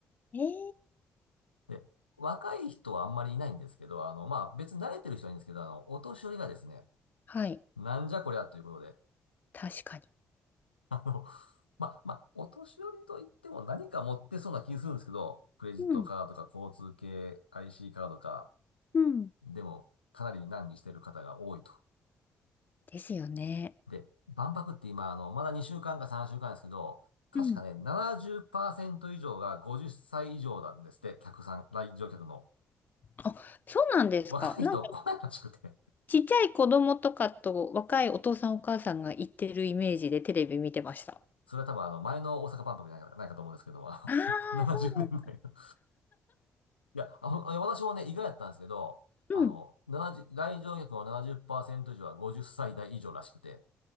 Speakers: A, on the left (about 35°); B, on the left (about 85°).
A: えー。
B: で、若い人はあんまりいないんですけど、あの、まあ、別に慣れてる人はいいんですけど、あの、お年寄りがですね、
A: はい。
B: なんじゃこりゃということで、
A: 確かに。
B: <laughs> あの、まあ、まあ、お年寄りといっても何か持ってそうな気するんですけど、クレジットカードとか交通系
A: うん。
B: IC カードか、
A: うん。
B: でも、かなり難儀してる方が多いと。
A: ですよね。
B: で、万博って今、あの、まだ2週間か3週間ですけど、確かね、
A: うん。
B: 70%以上が50歳以上なんですって、客さん、来場客の。
A: あ、そうなんですか。
B: 若い人来ないらしくて。
A: なんかちっちゃい子供とかと若いお父さんお母さんが行ってるイメージでテレビ見てました。
B: それは多分あの、前の大阪万博じゃないか、ないかと思うんですけども、あの、
A: ああー、
B: <laughs> 70年代のい
A: そうです
B: や、あ、ほんいや私もね、意外だったんですけど、
A: うん。
B: あの、70、来場客の70%以上は50歳代以上らしくて、